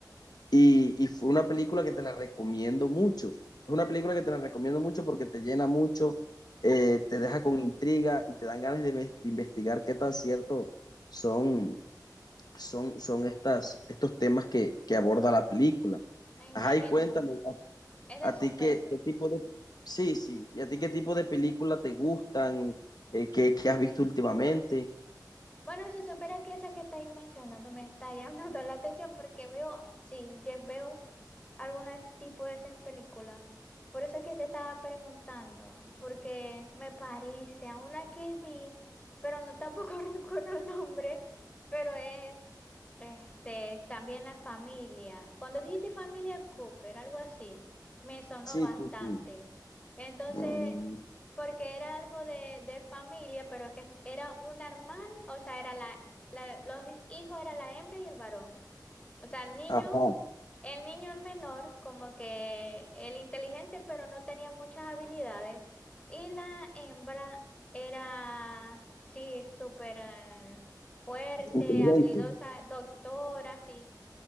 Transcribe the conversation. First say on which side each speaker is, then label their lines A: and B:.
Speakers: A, on the left (about 65°); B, on the left (about 15°).
A: Y, y fue una película que te la recomiendo mucho. Es una película que te la recomiendo mucho porque te llena mucho, eh, te deja con intriga y te dan ganas de, inves- de investigar qué tan cierto son, son, son estas, estos temas que, que aborda la película.
B: me imagino.
A: Ajá, y cuéntame,
B: Es de
A: a, a
B: suspenso.
A: ti qué, qué tipo de... Sí, sí, ¿y a ti qué tipo de película te gustan? Eh, ¿qué, qué has visto últimamente?
B: Bueno, si supiera que esa que estáis mencionando me está llamando <laughs> la atención porque veo, sí, yo veo algunos tipo de esas películas. Por eso es que te estaba preguntando, porque me parece a una que vi, pero no tampoco <laughs> recuerdo el nombre, pero es este también la familia. Cuando dijiste familia Cooper, algo así, me sonó
A: Sí,
B: bastante.
A: sí, sí.
B: Entonces,
A: Mm,
B: porque era algo de, de familia, pero que era una hermana, o sea, era la, la, los hijos era la hembra y el varón. O sea, el niño.
A: ajá,
B: El niño, el menor, como que el inteligente, pero no tenía muchas habilidades. Y la hembra era, sí, súper eh, fuerte,
A: inteligente.
B: habilidosa, doctora, sí,